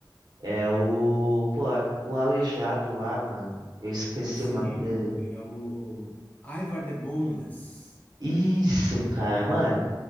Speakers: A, on the right; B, on the left.
A: é o, pô, o Aleijado lá, mano. Eu esqueci
B: Sim,
A: o nome dele.
B: mano. É o Ivar the Boneless.
A: Isso, cara, mano.